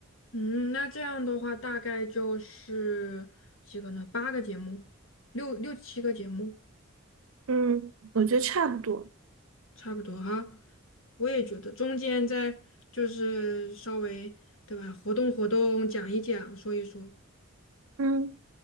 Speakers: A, on the left; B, on the right.
A: 嗯，那这样的话大概就是几个呢？八个节目，六六七个节目，
B: 嗯，我觉得差不多。
A: 差不多哈。我也觉得中间再就是稍微对吧，活动活动，讲一讲，说一说。
B: 嗯，